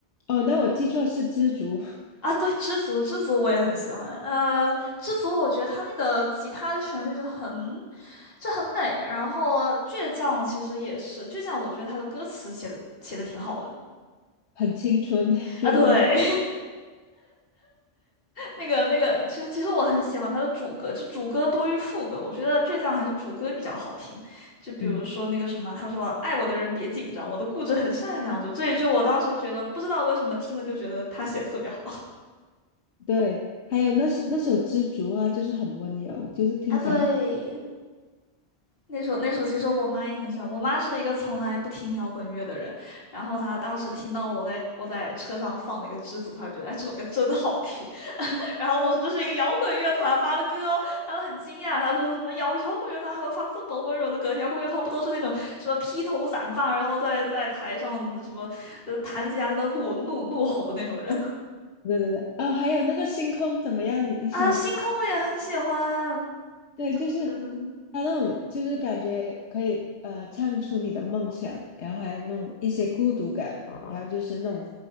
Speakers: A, on the left (about 80°); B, on the left (about 55°).
A: 哦，那我记错是知足，<laughs>
B: 啊。对，知足知足我也很喜欢，呃，知足我觉得他那个吉他的旋律就很就很美，然后倔强其实也是倔强，我觉得他的歌词写的写的挺好的
A: 很青春倔强。
B: 啊。对，那个那个，其实其实我很喜欢他的主歌，就主歌多于副歌，我觉得倔强还是主歌比较好听。就比如说那个什么，
A: 嗯，
B: 他说爱我的人别紧张，我的固执很善良，就这一句我当时觉得不知道为什么听了就觉得他写的特别好
A: 对，还有那首那首《知足》啊，就是很温柔，就是听起来很，
B: <laughs> 啊。对，那首那首其实我妈也很喜欢，我妈是一个从来不听摇滚乐的人，然后她当时听到了我在我在车上放那个栀子花，觉得哎这首歌真的好听。然后我说这是一个摇滚乐团发的歌哦，他很惊讶，他说什么摇摇滚乐团还会发这么温柔的歌？摇滚乐团不都是那种什么披头散发，然后在在台上什么呃弹着吉他在那怒怒怒吼的那种人
A: 对对对，啊、还有那个星空怎么样？
B: <laughs>
A: 你你喜欢？
B: 啊？星空我也很喜欢，
A: 对，就是
B: 嗯，
A: 他那种，就是感觉可以呃唱出你的梦想，然后还有那种一些孤独感，然后就是那种